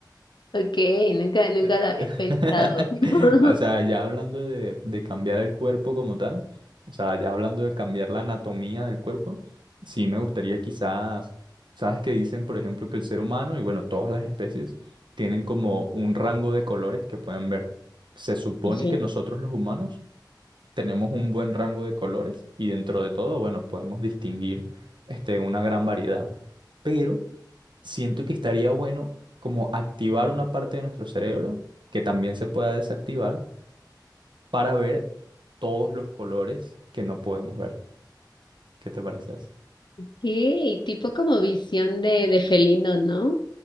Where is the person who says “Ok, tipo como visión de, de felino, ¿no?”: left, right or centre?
Left